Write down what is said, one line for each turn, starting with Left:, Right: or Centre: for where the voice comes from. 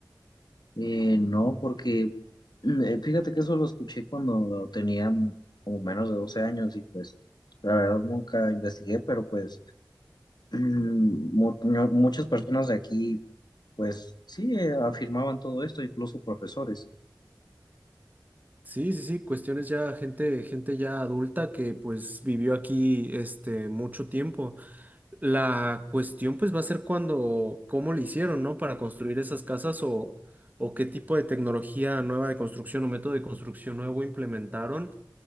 Left: Eh, no, porque mm, eh, fíjate que eso lo escuché cuando tenía como menos de 12 años y pues la verdad nunca investigué, pero pues Mm, mu- mu- muchas personas de aquí, pues sí, eh, afirmaban todo esto, incluso profesores,
Right: Sí, sí, sí, cuestiones ya, gente, gente ya adulta que pues vivió aquí este mucho tiempo. La cuestión pues va a ser cuando, cómo le hicieron, ¿no? Para construir esas casas o, o qué tipo de tecnología nueva de construcción o método de construcción nuevo implementaron